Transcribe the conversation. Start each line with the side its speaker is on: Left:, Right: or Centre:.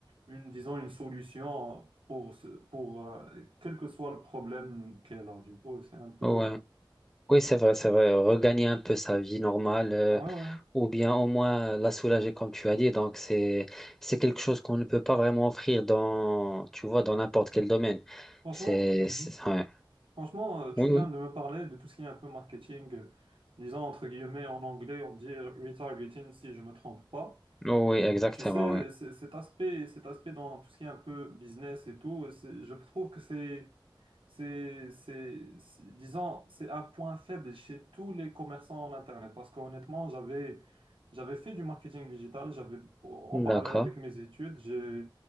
Right: une, disons, une solution pour, ce- pour euh, quel que soit le problème qu'elle a. Du coup, c'est un peu...
Centre: Ouais. Oui, c'est vrai, c'est vrai. Regagner un peu sa vie normale, euh,
Right: Ah ouais, ouais.
Centre: ou bien au moins euh, la soulager, comme tu as dit. Donc, c'est, c'est quelque chose qu'on ne peut pas vraiment offrir dans, tu vois, dans n'importe quel domaine.
Right: Franchement,
Centre: C'est,
Right: mhm.
Centre: c'est- ouais.
Right: Franchement, euh, tu
Centre: Oui,
Right: viens
Centre: oui.
Right: de me parler de tout ce qui est un peu marketing, euh, disons entre guillemets en anglais, on dit retargeting si je me trompe pas.
Centre: Oui, exactement,
Right: Tu sais,
Centre: oui.
Right: c'est- cet aspect, cet aspect dans tout ce qui est un peu business et tout, c'est- je trouve que c'est, c'est, c'est, c'est- disons, c'est un point faible chez tous les commerçants en Internet. Parce qu'honnêtement, j'avais, j'avais fait du marketing digital, j'avais, en
Centre: D'accord.
Right: parallèle avec mes études, j'ai,